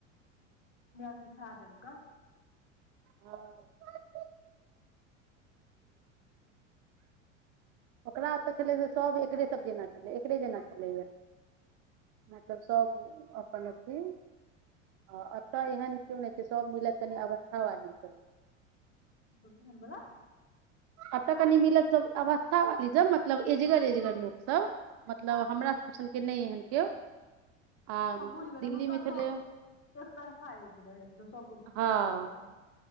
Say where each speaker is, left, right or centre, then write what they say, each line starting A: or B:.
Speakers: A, on the left; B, on the right.
A: वसी खा देलका
B: हँ ओकरा ओतय छलै जे सभ एकरे सभ जेना छलै एकरे जेना छलैए मतलब सभ अपन अथी आ एतय एहन केओ नहि छै सभ मिलत कनि अवस्था वालीसभ
A: केहन बला
B: आ क नि मिल आवाज कछ वाली सब मतलब एजगर एजगर लोकसभ मतलब हमरा सब सनके नहि एहन केओ आ
A: हँ बुझि गेलै
B: दिल्ली
A: हुनकर
B: मे छलै
A: सब एकतरफा रहै मतलब सबके
B: हँ
A: बराबर बराबर